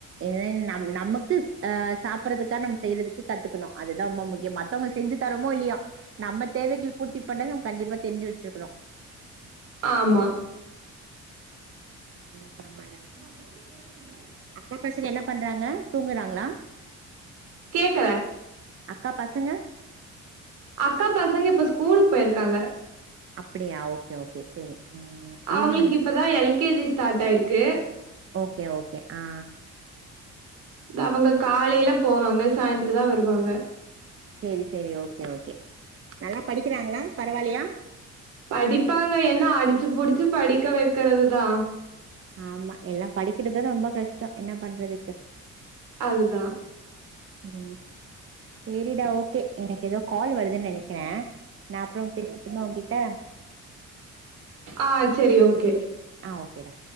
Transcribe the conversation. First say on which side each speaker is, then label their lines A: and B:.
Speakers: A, on the right (about 45°); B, on the right (about 80°).
A: இது நம் நமக்கு ஆ சாப்பறதுக்காது நம்ம செய்றதுக்கு கத்துக்கணு அதுதா ரொம்ப முக்கியோ மத்தவங்களுக் செஞ்சு தரமோ இல்லியோ நம்ம தேவைகள பூர்த்தி பண்ண நம்ம கண்டிப்பா தெரிஞ்சு வெச்சிருக்கணு
B: ஆமா
A: ம் ஆமாடா
B: <unintelligible>
A: அக்க பசங்க என்ன பண்றாங்க தூங்குறாங்ளா
B: கேக்கல
A: அக்கா பசங்க
B: அக்கா பசங்க இப்ப ஸ்கூலுக் போயிருக்காங்க
A: அப்படியா ஓகே ஓகே செரி ம்
B: அவங்களுக்கு
A: ஈவினிங்
B: இப்பதா எல்கேஜி ஸ்டாடாயிருக்கு
A: ஓகே ஓகே ஆ
B: அவங்க காலையில போவாங்க சாய்ந்தர தா வருவாங்க
A: சேரி சேரி ஓகே ஓகே நல்லா படிக்குறாங்ளா பரவால்லையா
B: படிப்பாங்க என்ன அடிச்சு புடிச்சு படிக்க வெக்கறது தா
A: ஆமா எல்லா படிக்கிறதுதான ரொம்ப கஷ்ட என்ன பண்றதுக்கா
B: அது தா
A: ம் சேரிடா ஓகே எனக்கு எதோ கால் வருதுன் நெனைக்கிறே நா அப்றோ பேசட்டுமா உங்கிட்ட
B: ஆ செரி ஓகே
A: ஆ ஓகேடா